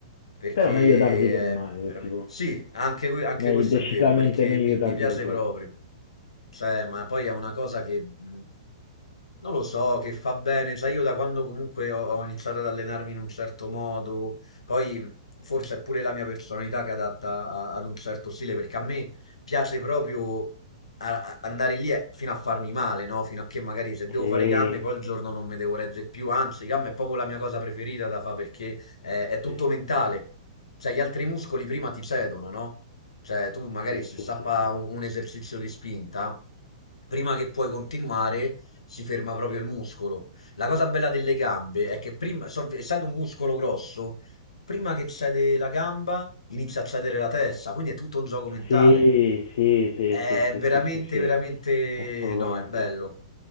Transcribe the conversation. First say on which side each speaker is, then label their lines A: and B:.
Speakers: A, on the left; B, on the left.
A: Perché
B: Però meglio tardi che mai,
A: è veramente...
B: tipo.
A: Sì, anche, que- anche
B: Meglio-
A: questo
B: decisamente
A: è vero, perché
B: meglio
A: mi, mi
B: tardi
A: piace
B: che torti.
A: proprio. Cioè, ma poi è una cosa che mh, non lo so, che fa bene. Sai, io da quando comunque ho, ho iniziato ad allenarmi in un certo modo, poi mh, forse è pure la mia personalità che è adatta a- ad un certo stile, perché a me piace proprio a- a- andare lì è- fino a farmi male, no? Fino a che magari se devo
B: Sì,
A: fare i gambe, poi il giorno non mi devo reggere più. Anzi, i gambe è proprio la mia cosa preferita da fare perché eh, è tutto
B: sì,
A: mentale. Cioè, gli altri muscoli prima ti cedono, no? Cioè, tu magari
B: sì,
A: se
B: sì,
A: sa
B: sì,
A: fa
B: sì.
A: un un esercizio di spinta, prima che puoi continuare, si ferma proprio il muscolo. La cosa bella delle gambe è che prima, so- essendo un muscolo grosso, prima che cede la gamba, inizia a cedere la testa, quindi è tutto un gioco mentale.
B: Sì, sì, sì,
A: È
B: sì, sì,
A: veramente,
B: sì, sì, sì,
A: veramente,
B: assolutamente.
A: no, è bello.